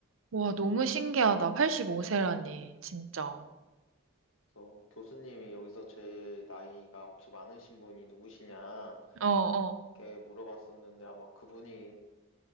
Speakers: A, on the right; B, on the left.
A: 와, 너무 신기하다. 85세라니, 진짜. 어,
B: 그래서 교수님이 여기서 제 나이가 혹시 많으신 분이 누구시냐
A: 어, 어.
B: 이렇게 물어봤었는데 아마 그분이